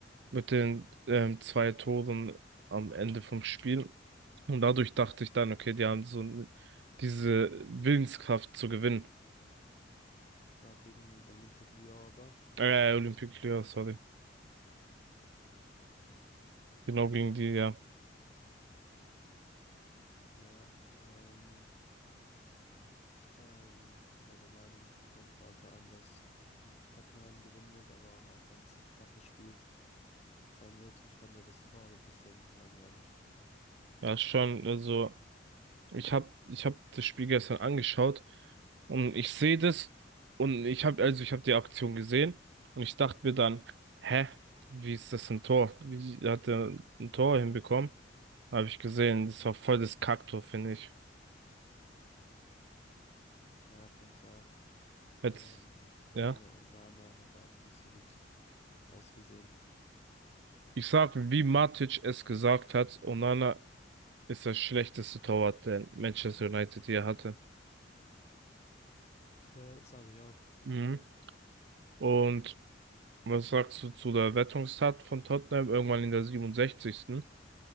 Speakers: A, on the right; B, on the left.
A: mit den ähm, zwei Toren am Ende vom Spiel. Und dadurch dachte ich dann, okay, die haben so n- diese Willenskraft zu gewinnen.
B: War gegen Olympique Lyon aber.
A: Äh, Olympique Lyon, sorry. Genau gegen die, ja.
B: Ja, ähm, ich ähm, war der Meinung schon von Anfang an, dass Tottenham gewinnen wird, aber auch wenn es ein knappes Spiel sein wird. Ich fand ja das Tor aber ein bisschen langweilig.
A: Ja, schon, also. Ich habe ich hab das Spiel gestern angeschaut und ich sehe das und ich habe also ich habe die Aktion gesehen und ich dachte mir dann, hä, wie ist das ein Tor? Wie hat er ein Tor hinbekommen? Habe ich gesehen, das war voll das Kacktor, finde ich.
B: Ja, finde ich auch. Ähm,
A: Jetzt,
B: ich
A: ja.
B: finde, Onana hat da auch nicht so gut ausgesehen.
A: Ich sag, wie Matic es gesagt hat, Onana ist das schlechteste Torwart, den Manchester United je hatte.
B: Ja, sage ich auch.
A: Mhm. Und was sagst du zu der Rettungstat von Tottenham irgendwann in der siebenundsechzigsten?